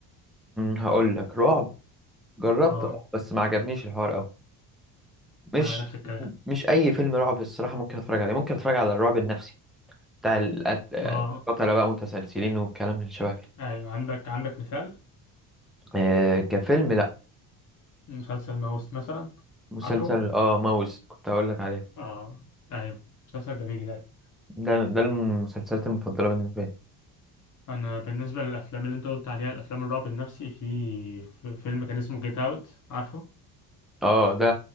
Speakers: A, in the centre; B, on the left.
A: هقول لك رعب جربت
B: اه
A: آه، بس ما عجبنيش الحوار قوي مش
B: آه، نفس الكلام
A: مش اي فيلم رعب الصراحه ممكن اتفرج عليه ممكن اتفرج على الرعب النفسي بتاع القتل آه،
B: اه
A: قتله بقى متسلسلين والكلام اللي شبه كده
B: ايوه عندك عندك مثال
A: آه، كفيلم لا
B: مسلسل ماوس مثلا
A: مسلسل
B: عارفه
A: اه ماوس كنت هقول لك عليه
B: اه ايوه مسلسل جميل ايوه
A: ده ده المسلسلات المفضله بالنسبه لي
B: انا بالنسبه للافلام اللي انت قلت عليها الافلام الرعب النفسي في في فيلم كان اسمه جيت اوت عارفه
A: اه ده